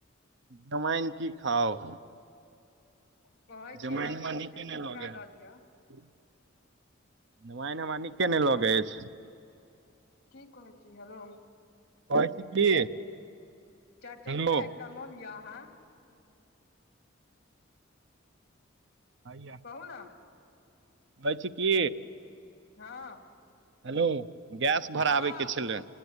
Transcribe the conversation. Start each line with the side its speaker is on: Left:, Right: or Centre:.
Right: जमइन की खाउ
Left: कहै छी
Right: जमइन
Left: अहाँके
Right: हमरा
Left: एगो
Right: निके
Left: चारि
Right: नय
Left: चक्का
Right: लगैहय
Left: लऽ लिअ
Right: जमाइन हमरा नीके नय लगैत
Left: आ
Right: ऐछ
Left: की कहै छी हेलो
Right: कहै छी की
Left: चार चक्का
Right: हेलो
Left: ए टा ल लिअ अहाँ
Right: हइया
Left: कहून
Right: हो छै की
Left: हँ
Right: हेलो गैस भरा
Left: हँ
Right: बैके छलै